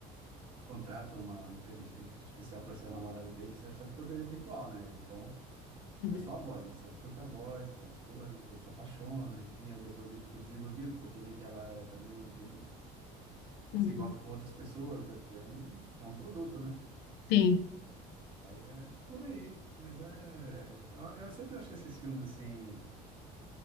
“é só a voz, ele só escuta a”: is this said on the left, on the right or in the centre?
Right